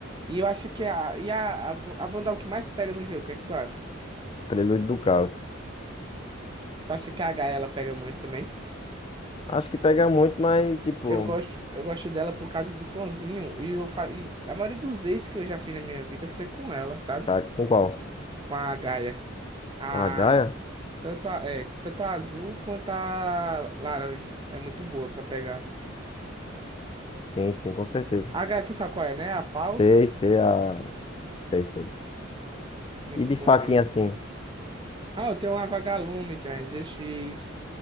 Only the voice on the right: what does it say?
E eu acho que a, e a, a, a Wanda é que mais pega no jogo, o que é que tu acha?
Tu acha que a Gaia ela pega muito também?
Eu gosto, eu gosto dela por causa do sonzinho. E, eu, fa- e a maioria dos ex que eu já fiz na minha vida foi com ela, sabe?
Com a Gaia. A,
tanto, a, é, tanto a azul quanto a laranja. É muito boa pra pegar.
A Gaia, tu sabe qual é, né? A pau.
Muito
boa
mesmo.
Ah, eu tenho uma Vagalume, tenho a RGX,